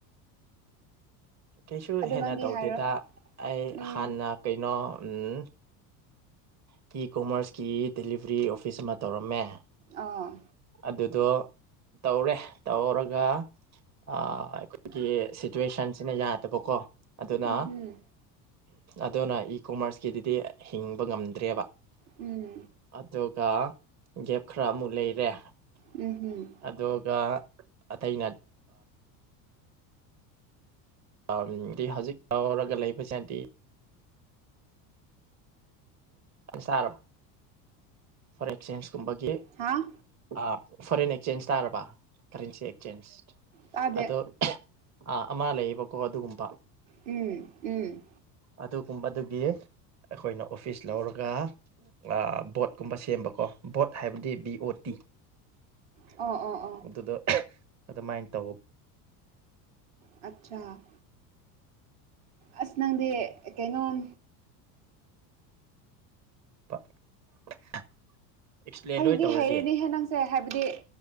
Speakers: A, on the right; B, on the right.
A: ꯀꯩꯁꯨ
B: ꯑꯗꯣ
A: ꯍꯦꯟꯅ
B: ꯅꯪꯗꯤ
A: ꯇꯧꯗꯦꯗ
B: ꯍꯥꯏꯔꯣ
A: ꯑꯩ
B: ꯎꯝ
A: ꯍꯥꯟꯅ ꯀꯩꯅꯣ ꯑꯝ ꯀꯤ ꯀꯣꯃꯔꯁꯀꯤ ꯗꯦꯂꯤꯚꯔꯤ ꯑꯣꯐꯤꯁ ꯑꯃ ꯇꯧꯔꯝꯃꯦ
B: ꯑꯧ
A: ꯑꯗꯨꯗꯣ ꯇꯧꯔꯦ ꯇꯧꯔꯒ ꯑꯩ ꯑꯩꯈꯣꯏꯒꯤ ꯁꯤꯆꯋꯦꯁꯟꯁꯤꯅ ꯌꯥꯗꯕꯀꯣ ꯑꯗꯨꯅ
B: ꯎꯝ ꯍꯝ
A: ꯑꯗꯨꯅ ꯏ ꯀꯣꯃꯔꯁꯀꯤꯗꯨꯗꯤ ꯍꯤꯡꯕ ꯉꯝꯗ꯭ꯔꯦꯕ
B: ꯎꯝ
A: ꯑꯗꯨꯒ ꯒꯦꯞ ꯈꯔ ꯑꯃꯨꯛ ꯂꯩꯔꯦ
B: ꯎꯝ ꯎꯝ
A: ꯑꯗꯨꯒ ꯑꯇꯩꯅ ꯑꯝ ꯗꯤ ꯍꯧꯖꯤꯛ ꯇꯧꯔꯒ ꯂꯩꯕꯁꯤꯅꯗꯤ ꯑꯦ ꯁꯥꯔꯣ ꯐꯣꯔ ꯑꯦꯛꯆꯦꯟꯁ ꯀꯨꯝꯕꯒꯤ
B: ꯍꯥꯥꯎ
A: ꯑꯥ ꯐꯣꯔꯦꯟ ꯑꯦꯛꯆꯦꯟꯖ ꯇꯥꯔꯕ ꯀꯔꯦꯟꯁꯤ ꯑꯦꯛꯆꯦꯟꯖ
B: ꯇꯥꯗꯦ
A: ꯑꯗꯣ ꯑꯥ ꯑꯃ ꯂꯩꯌꯦꯕꯀꯣ ꯑꯗꯨꯒꯨꯝꯕ
B: ꯎꯝ ꯎꯝ
A: ꯑꯗꯨꯒꯨꯝꯕꯗꯨꯒꯤ ꯑꯩꯈꯣꯏꯅ ꯑꯣꯐꯤꯁ ꯂꯧꯔꯒ ꯑꯥ ꯕꯣꯠꯀꯨꯝꯕ ꯁꯦꯝꯕꯀꯣ ꯕꯣꯠ ꯍꯥꯏꯕꯗꯤ ꯕꯤ ꯑꯣ ꯇꯤ
B: ꯑꯣ ꯑꯣ ꯑꯣ
A: ꯑꯗꯨꯗ ꯑꯗꯨꯃꯥꯏꯅ ꯇꯧꯕ
B: ꯑꯆꯥ ꯑꯁ ꯅꯪꯗꯤ ꯀꯩꯅꯣꯝ
A: <unintelligible> ꯑꯦꯛꯁꯄ꯭ꯂꯦꯟ
B: ꯍꯩꯗꯤ
A: ꯂꯣꯏ ꯇꯧꯔꯗꯤ
B: ꯍꯩꯔꯤꯅꯤꯅꯦ ꯍꯦ ꯅꯪ ꯁꯦ ꯍꯥꯏꯕꯗꯤ